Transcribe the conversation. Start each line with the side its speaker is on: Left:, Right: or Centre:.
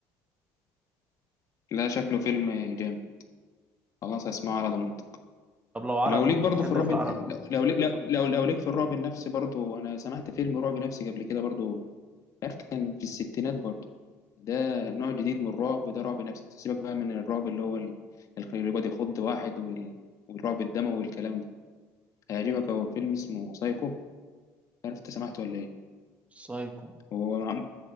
Left: لا شكله فيلم جامد خلاص هسمعه على ضمانتك
Right: طب لو عربي
Left: لو ليك برضو
Right: بتحب
Left: في الرعب
Right: إيه في العربي؟
Left: لو لو لو لو ليك في الرعب النفسي برضو انا سمعت فيلم رعب نفسي قبل كده برضو عارف كان في الستينات برضو ده نوع جديد من الرعب ده رعب نفسي سيبك بقى من الرعب اللي هو ال- اللي بيقعد يخض واحد وال- والرعب الدموي والكلام ده هيعجبك هو فيلم اسمه سايكو عارف انت سمعته ولا ايه
Right: سايكو
Left: هو مع-